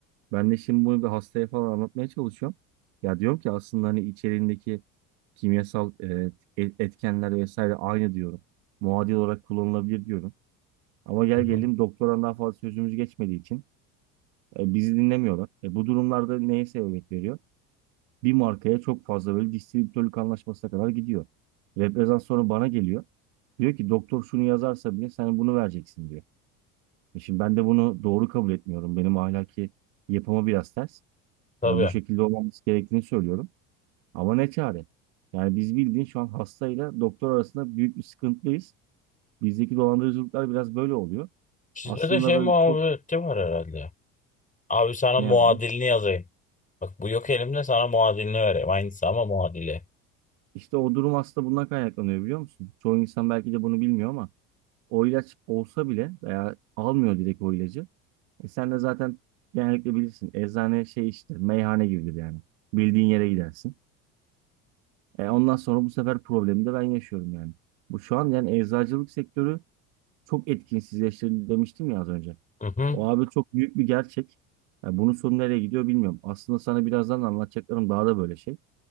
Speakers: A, on the right (about 70°); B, on the left (about 20°).
A: Ben de şimdi bunu bir hastaya falan anlatmaya çalışıyorum. Ya diyorum ki aslında hani içeriğindeki kimyasal e, et- etkenler vesaire aynı diyorum. Muadil olarak kullanılabilir diyorum. Ama gel
B: Hı hı.
A: gelelim doktoran daha fazla sözümüz geçmediği için e, bizi dinlemiyorlar. E, bu durumlarda neye sebebiyet veriyor? Bir markaya çok fazla böyle distribütörlük anlaşmasına kadar gidiyor. Reprezent sonra bana geliyor. Diyor ki doktor şunu yazarsa bile sen bunu vereceksin diyor. E Şimdi ben de bunu doğru kabul etmiyorum. Benim ahlaki yapıma biraz ters.
B: Tabii.
A: Hani bu şekilde olmaması gerektiğini söylüyorum. Ama ne çare? Yani biz bildiğin şu an hastayla doktor arasında büyük bir sıkıntıdayız. Bizdeki dolandırıcılıklar biraz böyle oluyor.
B: Sizde
A: Aslında
B: de şey
A: böyle
B: muhabbeti
A: çok
B: var herhalde. Abi sana
A: nerede?
B: muadilini yazayım. Bak bu yok elimde sana muadilini vereyim. Aynısı ama muadili.
A: İşte o durum aslında bundan kaynaklanıyor biliyor musun? Çoğu insan belki de bunu bilmiyor ama o ilaç olsa bile veya almıyor direkt o ilacı. E sen de zaten genellikle bilirsin. Eczane şey işte meyhane gibidir yani. Bildiğin yere gidersin. E, ondan sonra bu sefer problemi de ben yaşıyorum yani. Bu şu an yani eczacılık sektörü çok etkinsizleştirildi demiştim ya az önce.
B: Hı hı.
A: O abi çok büyük bir gerçek. Ya bunun sonu nereye gidiyor bilmiyorum. Aslında sana birazdan anlatacaklarım daha da böyle şey.